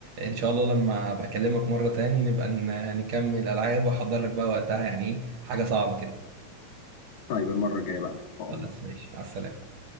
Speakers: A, on the right; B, on the left.
A: إن شاء الله لما أبقى أكلمك مرة تاني نبقى ن- نكمل ألعاب وأحضر لك بقى وقتها يعني إيه حاجة صعبة كده
B: طيب المره الجايه بقى ان شاء
A: خلاص
B: الله
A: ماشي مع السلامة